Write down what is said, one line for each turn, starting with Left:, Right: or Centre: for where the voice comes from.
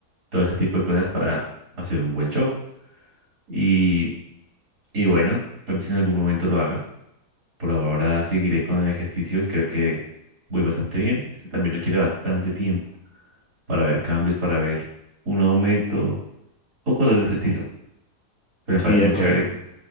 Right: todo ese tipo de cosas para hacer un buen show. Y, y bueno, tal vez en algún momento lo haga. Por ahora seguiré con el ejercicio y creo que voy bastante bien. Este también requiere bastante tiempo para ver cambios, para ver un aumento o cosas de ese estilo. Pero
Centre: Sí,
Right: me parece
Centre: de
Right: muy
Centre: acuerdo.
Right: chévere,